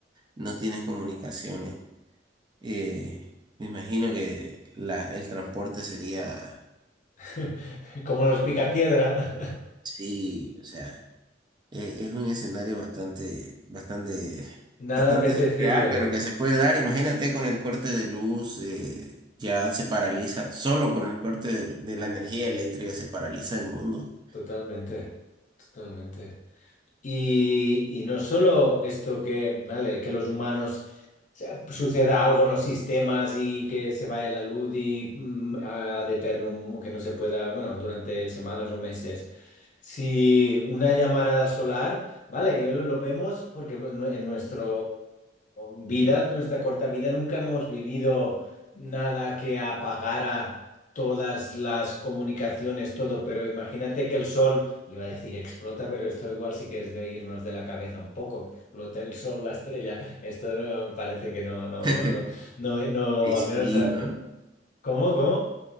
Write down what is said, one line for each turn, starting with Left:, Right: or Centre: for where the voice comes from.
Right: no tienes comunicaciones. eh, me imagino que la, el transporte sería,
Left: <laughs> Como los picapiedra. <laughs>
Right: sí, o sea. Eh, es un escenario bastante, bastante,
Left: Nada
Right: bastante
Left: apetecible.
Right: surreal, pero que se puede dar. Imagínate con el corte de luz, eh, ya se paraliza, solo con el corte de, de la energía eléctrica se paraliza el mundo.
Left: Totalmente, totalmente. Y, y no solo esto que, vale, que los humanos o sea, suceda algo en los sistemas y que se vaya la luz y mm, ad eternum, que no se pueda, bueno, durante semanas o meses. Si una llamarada solar, vale, yo lo, lo vemos porque bueno, en nuestra vida, nuestra corta vida, nunca hemos vivido nada que apagara todas las comunicaciones, todo, pero imagínate que el sol, iba a decir explota, pero esto igual sí que es de irnos de la cabeza un poco, explota el sol, la estrella, esto no, parece que no, no,
Right: <laughs>
Left: no, no, no,
Right: Y sí,
Left: al menos, ah,
Right: ¿no?
Left: ¿cómo, cómo?